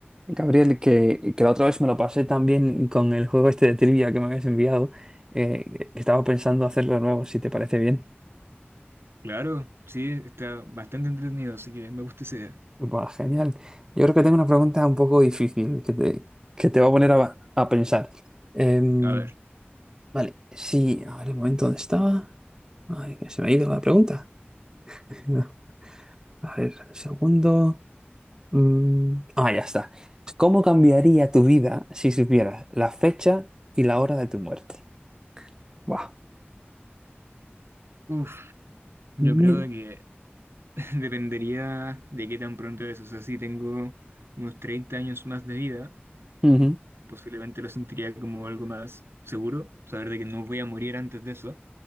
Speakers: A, on the right (about 15°); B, on the right (about 75°).
A: Gabriel, que, que la otra vez me lo pasé también con el juego este de trivia que me habías enviado. eh, estaba pensando hacerlo de nuevo, si te parece bien.
B: Claro, sí, está bastante entretenido, así que me gusta esa idea.
A: Buah, genial. Yo creo que tengo una pregunta un poco difícil que te, que te va a poner a, a pensar. Em,
B: A ver,
A: vale, sí, a ver el momento donde estaba. Ay, que se me ha ido la pregunta. <laughs> A ver, segundo. Mm, ah, ya está. ¿Cómo cambiaría tu vida si supieras la fecha y la hora de tu muerte? Buah.
B: uff, yo
A: Mm.
B: creo que <laughs> dependería de qué tan pronto es. O sea, si tengo unos 30 años más de vida,
A: Ujú.
B: posiblemente lo sentiría como algo más seguro, saber de que no voy a morir antes de eso.